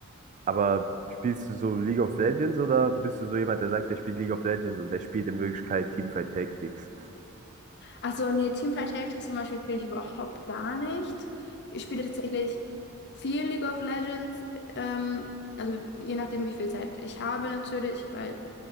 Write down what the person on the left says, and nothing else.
also nee, Teamfight Tactics zum Beispiel spiele ich überhaupt gar nicht. Ich spiele tatsächlich viel League of Legends, ähm, also je nachdem, wie viel Zeit ich habe natürlich, weil